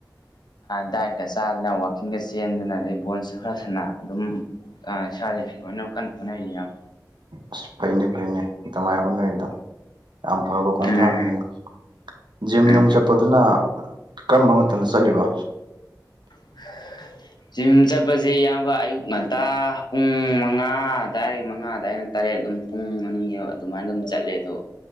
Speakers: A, on the left; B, on the right.
A: ꯗꯥꯏꯠꯀꯥ ꯆꯥꯗꯅ ꯋꯥꯛꯀꯤꯡꯒ ꯆꯦꯟꯗꯅ ꯑꯗꯩ ꯕꯣꯟꯁꯨ ꯈꯔ ꯁꯅ ꯑꯗꯨꯝ ꯑꯥ ꯏꯁꯥꯖꯦ ꯐꯤꯠ ꯑꯣꯏꯅ ꯀꯟꯅ ꯍꯣꯠꯅꯔꯤ ꯏꯌꯥꯝ
B: ꯑꯁ ꯐꯩꯅꯦ ꯐꯩꯅꯦ ꯑꯗꯨꯃꯥꯏꯟ ꯍꯣꯠꯅꯔꯤꯗꯣ ꯌꯥꯝ ꯐꯕ ꯈꯣꯡꯊꯥꯡꯅꯤꯅꯦ
A: ꯎꯝ
B: ꯖꯤꯝ ꯅꯨꯡ
A: ꯎꯝ
B: ꯆꯠꯄꯗꯨꯅ ꯀꯔꯝꯕ ꯃꯇꯝꯗ ꯆꯠꯂꯤꯕ
A: <unintelligible> ꯖꯤꯝ ꯆꯠꯄꯖꯤ ꯏꯌꯥꯝꯕ ꯑꯌꯨꯛ ꯉꯟꯇꯥ ꯄꯨꯡ ꯃꯉꯥ ꯑꯗꯥꯏ ꯃꯉꯥ ꯑꯗꯥꯏꯅ ꯇꯔꯦꯠ ꯑꯗꯨꯝ ꯄꯨꯡ ꯑꯅꯤ ꯑꯗꯨꯃꯥꯏꯅ ꯑꯗꯨꯝ ꯆꯠꯂꯦ ꯑꯗꯣ